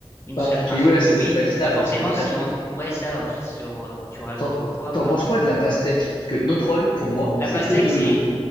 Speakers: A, on the left; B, on the left.
A: une
B: Bah,
A: seule
B: ok,
A: un seul
B: ouais,
A: kiwi,
B: c'est c'est pas équitable,
A: bah forcément
B: ouais, c'est pas équitable.
A: si on, ouais ça ensuite si tu, re- tu rajoutes
B: T'en
A: au poids
B: t'en
A: bah
B: penses quoi de la pastèque? Parce que notre rôle, pour moi,
A: la
B: c'est
A: pastèque
B: que de
A: c'est
B: l'eau.